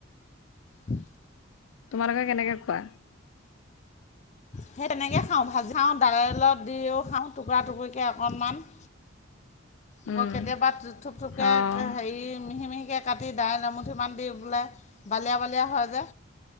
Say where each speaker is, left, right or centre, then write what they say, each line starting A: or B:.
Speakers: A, on the left; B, on the left.
A: হম।
B: তোমালোকে কেনেকে খোৱা?
A: সেই তেনেকৈ খাওঁ, ভাজি খাওঁ, দাইলত দিও খাওঁ টুকুৰা টুকুকৈ অকণমান আকৌ
B: উম
A: কেতিয়াবা থোপ থুপকৈ
B: অঁ
A: হেৰি, মিহি মিহিকৈ কাটি দাইল এমুঠিমান দি পেলাই বালিয়া বালিয়া হয় যে